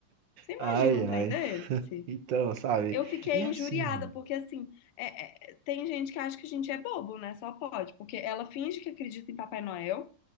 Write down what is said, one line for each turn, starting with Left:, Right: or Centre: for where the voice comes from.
Left: Você imagina
Right: Ai,
Left: um
Right: ai.
Left: trem desse?
Right: Então, sabe?
Left: Eu fiquei
Right: E assim...
Left: injuriada, porque assim, é- é- tem gente que acha que a gente é bobo, né? Só pode, porque ela finge que acredita em Papai Noel,